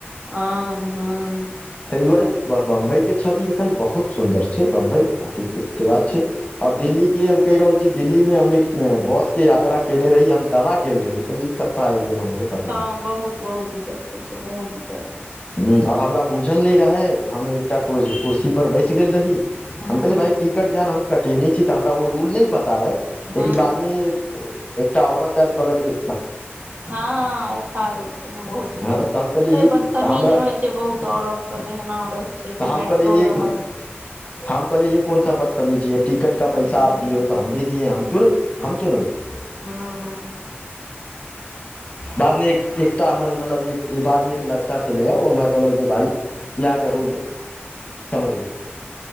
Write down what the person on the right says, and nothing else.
अह हँ
हँ बहुत बहुत दिक्कत बहुत दिक्कत होइ छै
हँ
हँ
हँ उठा दै छै ने बहुत दिक्कत
बदतमीज
रहै छै बहुत औरत सब एहिना रहै छै
जे
मेट्रो
रहल
हूँ
हूँ